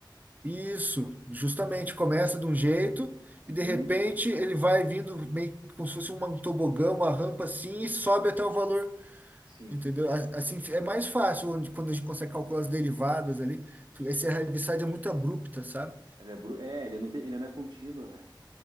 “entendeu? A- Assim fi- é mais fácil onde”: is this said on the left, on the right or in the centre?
Right